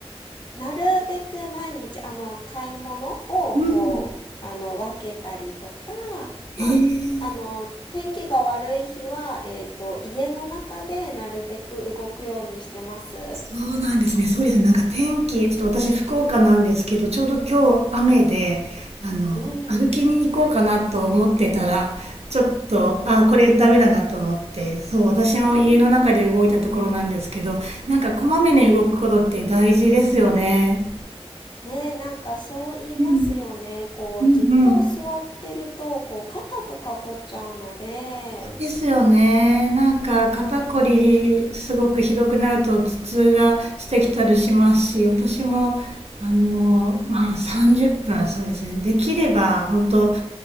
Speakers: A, on the left; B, on the right.
A: なるべく毎日、あの、買い物を、
B: うん。
A: こう、あの、分けたりとか、まあ、
B: ええ、
A: あの、天気が悪い日は、えっと、家の中でなるべく動くようにしてます。
B: そうなんですね。そうですね。なんか天気、ちょっと私福岡なんですけど、ちょうど今日雨で、あの、
A: うん、
B: 歩きに行こうかなと思ってたら、
A: うん、
B: ちょっと、
A: うん、
B: あ、これダメだなと思って、そう、私も家の中で動いたところなんですけど、
A: うん。
B: なんかこまめに動くことって大事ですよね。
A: ねえ、なんかそう言いますよね。
B: うん、
A: こう、
B: うんうん。
A: ずっと座ってると、こう、肩とか凝っちゃうので、
B: ですよね。なんか肩こりすごくひどくなると頭痛がしてきたりしますし、
A: うん。
B: 私もあのまあ30分そうですね。できれば本当